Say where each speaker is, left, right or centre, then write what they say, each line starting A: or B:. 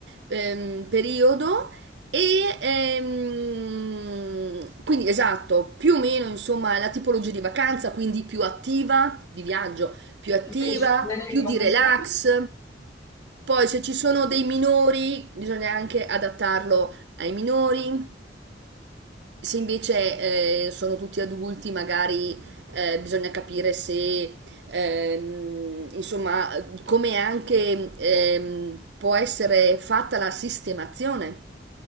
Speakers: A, on the right; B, on the left.
A: ehm, periodo e ehm, quindi esatto, più o meno insomma la tipologia di vacanza, quindi più attiva, di viaggio, più attiva,
B: decidere
A: più
B: cosa
A: di relax.
B: sia.
A: Poi se ci sono dei minori, bisogna anche adattarlo ai minori. Se invece eh, sono tutti adulti, magari eh, bisogna capire se, ehm, insomma, come anche ehm, può essere fatta la sistemazione,